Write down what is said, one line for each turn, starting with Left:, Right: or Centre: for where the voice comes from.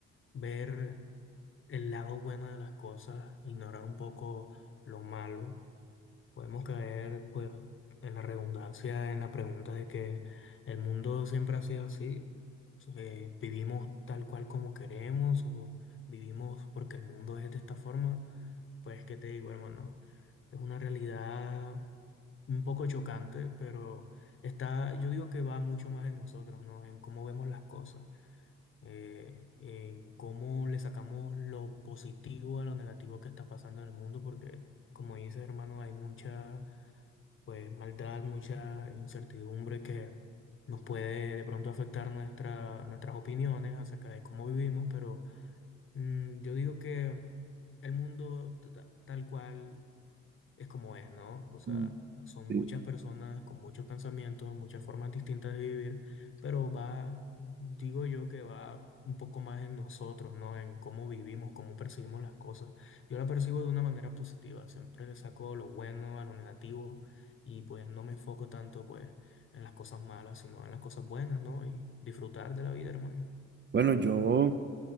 Left: ver el lado bueno de las cosas, ignorar un poco lo malo Podemos caer, pues, en la redundancia, en la pregunta de que el mundo siempre ha sido así. Eh, vivimos tal cual como queremos o vivimos porque el mundo es de esta forma. Pues, ¿qué te digo, hermano? Es una realidad un poco chocante, pero está, yo digo que va mucho más en nosotros, ¿no? En cómo vemos las cosas, eh, en cómo le sacamos lo positivo a lo negativo que está pasando en el mundo, porque, como dices, hermano, hay muchas pues maldad, mucha incertidumbre que nos puede de pronto afectar nuestra, nuestras opiniones acerca de cómo vivimos, pero mm, yo digo que el mundo ta- tal cual es como es, ¿no? O sea,
Right: Mm,
Left: son
Right: sí.
Left: muchas personas con muchos pensamientos, muchas formas distintas de vivir, pero va, digo yo que va un poco más en nosotros, ¿no? En cómo vivimos, cómo percibimos las cosas. Yo la percibo de una manera positiva, siempre le saco lo bueno a lo negativo y pues no me enfoco tanto pues en las cosas malas, sino en las cosas buenas, ¿no? Y disfrutar de la vida, hermano.
Right: Bueno, yo,